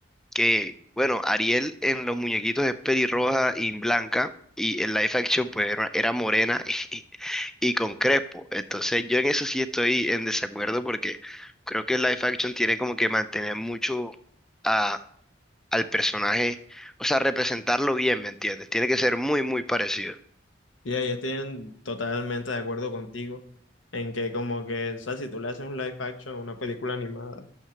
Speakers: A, in the centre; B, on the left.
A: que, bueno, Ariel en los muñequitos es pelirroja y blanca, y en live action pues era, era morena <laughs> y, y con crespo. Entonces yo en eso sí estoy en desacuerdo porque creo que el live action tiene como que mantener mucho a, al personaje, o sea, representarlo bien, ¿me entiendes? Tiene que ser muy, muy parecido.
B: Y ahí estoy en- totalmente de acuerdo contigo en que como que, o sea, si tú le haces un live action a una película animada,